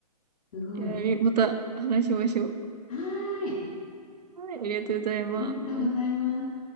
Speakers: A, on the left; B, on the right.
A: すごい。
B: いや、みまた話しましょう。
A: はーい。
B: はい、ありがとうございます。
A: ありがとうございます。